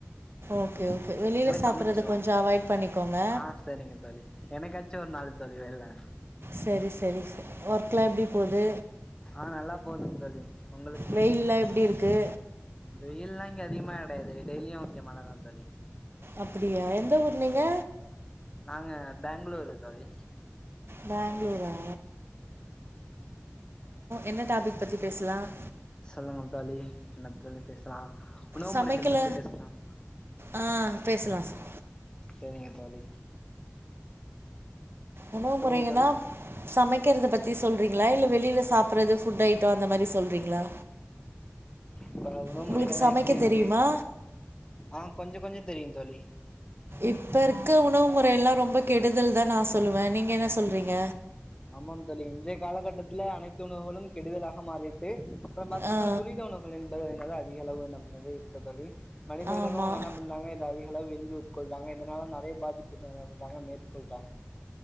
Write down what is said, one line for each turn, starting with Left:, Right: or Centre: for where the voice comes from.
Right: ஓகே ஓகே வெளியில சாப்பறது
Left: சமைச்சிருவோ
Right: கொஞ்சோம் அவாய்ட் பண்ணிக்கோங்க
Left: ஆ சரிங்க தோழி என்னைக்காச்சு ஒரு நாள் தோழி வேல
Right: செரி செரி ஒர்க்ளாம் எப்டி போது
Left: ஆஹ் நல்லா போதும் தோழி உங்களுக்கு
Right: வெயில்லாம் எப்டி இருக்கு
Left: வெயில்லாம் இங்க அதிகமா கிடையாது டெய்லிவும் இங்க மழதா தோழி
Right: அப்டியா எந்த ஊரு நீங்க
Left: ஹ பேங்களூரு தோழி
Right: பேங்ளூரா என்ன டாபிக் பத்தி பேசலாம்
Left: சொல்லுங்கள் தோழி என்னத்த தொழி பேசலாம் உணவு
Right: சமைக்கல
Left: முறைகள் பற்றி பேசலாம்
Right: ஆ பேசலாம் சார்
Left: செரிங்க தோழி
Right: உணவு
Left: சொல்லுங்க
Right: முறைங்கன்னா
Left: தோழி
Right: சமைக் சமக்கிறத பத்தி சொல்றீங்களா இல்ல வெளியில சாப் அப்புறோ இது ஃபுட் ஐட்டம் அந்த மாரி சொல்கிறீங்களா
Left: ப்ப உணவுமுறைகல்லாம்
Right: உங்களுக்கு சமைக்க
Left: எப்டி இருக்கு
Right: தெரியுமா
Left: ஆஹ் கொஞ்சோ கொஞ்சோ தெரியும் தோழி
Right: இப்போ இருக்க உணவு முறையெல்லாம் ரொம்ப கெடுதல் தான் நான் சொல்லுவேன் நீங்க என்ன சொல்றீங்க
Left: ஆமாம் தோழி இன்றைய காலகட்டத்துல அனைத்து உணவுகளும் கெடுதலாக மாறிட்டு அப்புறோம் பாத்தீங்கன்னா
Right: ஆ
Left: துரித உணவுகள் என்பது என்னதா அதிகளவு நம்மது இருக்கதோழி மனிதர்களும்
Right: ஆமாம்
Left: என்ன பண்ணாங்க இது அதிக அ விரும்பி உட்கொள்றாங்க இதுனால நெறைய பாதிப்பு ட்கள் என்ன மேற்கொள்றாங்க